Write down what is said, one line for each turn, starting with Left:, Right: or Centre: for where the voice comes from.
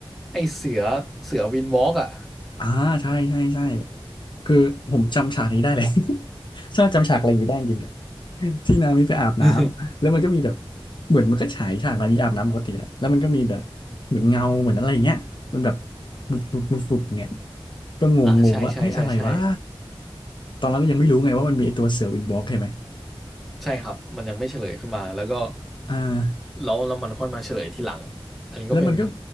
Centre: ไอเสือเสือวินวอล์กอ่ะ
Left: อ่าใช่ใช่ใช่คือผมจำฉากนี้ได้เลย <laughs> ชอบจำฉากอะไรอย่างนี้ได้จริงๆเลยที่นามิไปอาบน้ำแล้วมันก็มีแบบ
Centre: <laughs>
Left: เหมือนมันก็ฉายฉากนามิอาบน้ำปกติแหละแล้วมันก็มีแบบเหมือนเงาเหมือนอะไรอย่างเงี้ยมันแบบบุบบุบบุบบุบอย่างเงี้ยก็งงงงว่าเฮ้ยอะไรวะ
Centre: อ่าใช่ใช่ใช่ใช่
Left: ตอนนั้นยังไม่รู้ไงว่ามันมีไอ้ตัวเสือวินบ็อกใช่ไหม
Centre: ใช่ครับมันยังไม่เฉลยขึ้นมาแล้วก็
Left: อ่า
Centre: แล้วแล้วมันค่อยมาเฉลยทีหลังอันนี้ก็เป็น
Left: แล้วมันก็